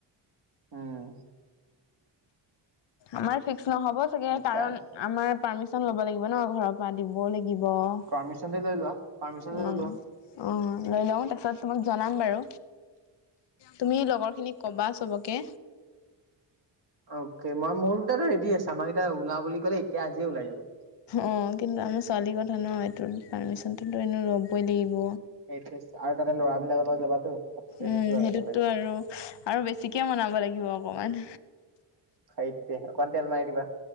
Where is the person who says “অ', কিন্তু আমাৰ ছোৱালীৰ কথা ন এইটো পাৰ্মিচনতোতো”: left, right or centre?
Left